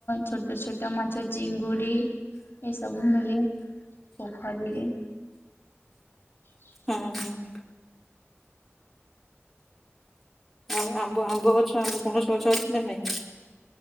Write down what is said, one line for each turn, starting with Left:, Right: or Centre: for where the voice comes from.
Left: ଛୋଟ ଛୋଟ ମାଛ ଚିଙ୍ଗୁଡି ଏଇ ସବୁ ମିଳେ, ପୋଖରୀରେ। ହ <inaudible>
Centre: ହଁ ହଁ। ଆଉ ଆମ୍ବ ଆମ୍ବ ଗଛ ଆମ୍ବ ପଣସ ଗଛ ଅଛି ନା ନାଇଁ?